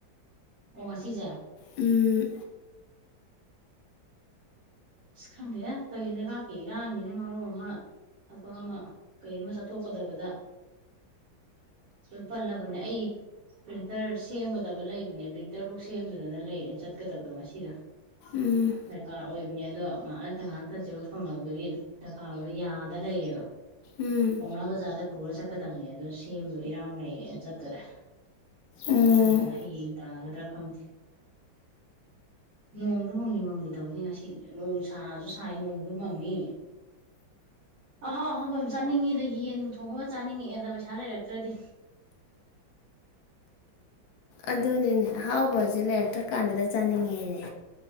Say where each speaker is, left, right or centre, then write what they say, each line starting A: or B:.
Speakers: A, on the right; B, on the left.
A: ꯑꯣ ꯉꯁꯤꯁꯦ
B: ꯎꯝ
A: ꯑꯁ ꯈꯪꯗꯦꯗ ꯇꯧꯋꯤ ꯂꯩꯕꯥꯛꯀꯤ ꯏꯔꯥꯡꯖꯤꯅ ꯃꯔꯣꯜ ꯑꯃ ꯊꯕꯛ ꯑꯃ ꯀꯩ ꯑꯃ ꯆꯠꯊꯣꯛꯀꯗꯕꯗ ꯂꯣꯏꯅ ꯄꯜꯂꯕꯅꯦ ꯑꯩ ꯄ꯭ꯔꯤꯟꯇꯔ ꯁꯦꯝꯒꯗꯕ ꯂꯩꯕꯅꯦ ꯄ꯭ꯔꯤꯟꯇꯔꯕꯨꯛ ꯁꯦꯝꯗꯗꯅ ꯂꯩꯔꯦ ꯆꯠꯀꯗꯕꯗꯣ ꯉꯁꯤꯗ
B: ꯎꯝ
A: ꯗꯔꯀꯥꯔ ꯑꯣꯏꯕꯅꯤ ꯗꯣ ꯉꯍꯥꯛ ꯂꯩꯇ ꯉꯍꯥꯛ ꯂꯩꯇ ꯖꯦꯔꯣꯛꯁ ꯇꯧꯅꯕꯒꯤ ꯗꯔꯀꯥꯔ ꯑꯣꯏꯕꯒꯤ ꯌꯥꯗ ꯂꯩꯔꯦꯕ
B: ꯎꯝ
A: ꯄꯧꯅꯥ ꯕꯖꯥꯔꯗ ꯄꯨꯔ ꯆꯠ ꯆꯠꯀꯗꯕꯅꯦ ꯑꯗꫭ ꯁꯦꯝꯕꯗꯣ ꯏꯔꯥꯡ ꯂꯩꯔꯦꯅ ꯆꯠꯇꯔꯦ
B: ꯎꯝ
A: ꯇꯧꯔꯤꯁꯦ ꯍꯌꯦꯡ ꯇꯥꯒꯗ꯭ꯔꯥ ꯈꯪꯗꯦ ꯅꯣꯡꯁꯨ ꯃꯪꯂꯤ ꯃꯪꯂꯤ ꯇꯧꯋꯤꯅꯦ ꯉꯁꯤ ꯅꯣꯡꯁꯨ ꯁꯥꯁꯨ ꯁꯥꯏ ꯅꯣꯡꯁꯨ ꯃꯪꯅꯤ ꯑꯍꯥꯎ ꯑꯍꯥꯎꯕ ꯌꯥꯝ ꯆꯥꯅꯤꯡꯉꯤꯗ ꯌꯦꯟ ꯊꯣꯡꯕꯒ ꯆꯥꯅꯤꯡꯉꯛꯑꯦꯗ ꯄꯩꯁꯥ ꯂꯩꯔꯛꯇ꯭ꯔꯗꯤ
B: ꯑꯗꯨꯅꯤꯅꯦ ꯑꯍꯥꯎꯕꯁꯦ ꯂꯩꯔꯛꯇ꯭ꯔ ꯀꯥꯟꯗꯗ ꯆꯥꯅꯤꯡꯉꯦꯅꯦ